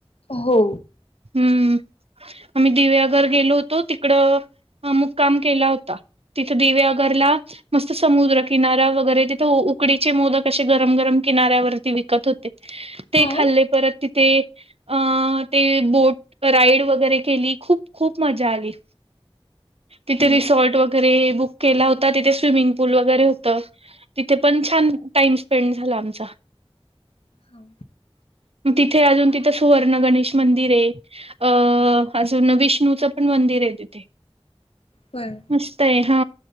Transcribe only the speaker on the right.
हम्म आम्ही दिव्याघर गेलो होतो तिकडं अमुक काम केला होता. तिथे दिवेगरला मस्त समुद्रकिनारा वगैरे तिथे उकडीचे मोदक असे गरम गरम किनाऱ्यावरती विकत होते ते
खाल्ले परत तिथे अ ते बोट राईड वगैरे केली खूप खूप मजा आली. तिथे
रिसॉर्ट वगैरे बु केला होता तिथे स्विमिंग पूल वगैरे होत तिथे छ.
तिथे अजून तिथं सुवर्ण गणेश मंदिर आहे. अं अजून विष्णूचं पण मंदिर आहे तिथे
मस्त आहे हा